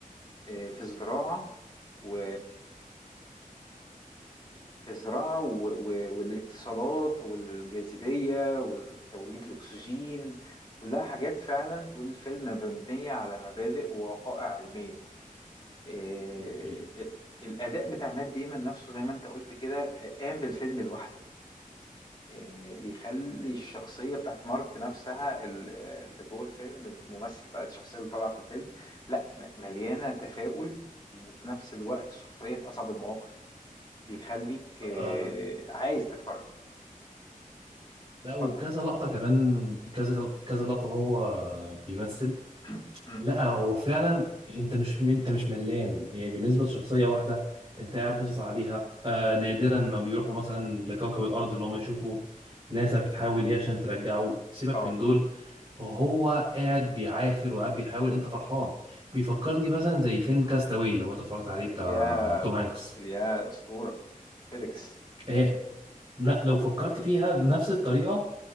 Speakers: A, on the left (about 30°); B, on the right (about 35°).
A: آه، في الزراعة و في الزراعة و- و- والاتصالات والجاذبية وتوليد الأكسجين كلها حاجات فعلا طول الفيلم مبنية على مبادئ ووقائع علمية آه،
B: ده حقيقي.
A: ال- الأداء بتاع مات ديمون نفسه زي ما أنت قلت كده آه، قام بالفيلم لوحده إيه، بيخلي الشخصية بتاعت مارك نفسها ال- اللي جوه الفيلم الممثل بقى الشخصية اللي طالعة في الفيلم لا م- مليانة تفاؤل وفي نفس الوقت سخرية في أصعب المواقف بيخليك إيه،
B: آه،
A: عايز تتفرج
B: لا وكذا
A: اتفضل
B: لقطة كمان كذا كذا لقطة وهو بيمثل
A: <clears throat> مم.
B: لا هو فعلا انت مش انت مش ملان يعني بالنسبة لشخصية واحدة انت قاعد باصص عليها آه نادرا ما بيروحوا مثلا لكوكب الأرض ان هم يشوفوا ناسا بتحاول ايه عشان ترجعه سيبك
A: اه
B: من دول هو قاعد بيعافر وقاعد بيحاول انت فرحان بيفكرني مثلا زي فيلم كاستاوي لو انت اتفرجت عليه بتاع
A: يا
B: توم هانكس
A: يا أسطورة فيديكس
B: آه، لا لو فكرت فيها نفس الطريقة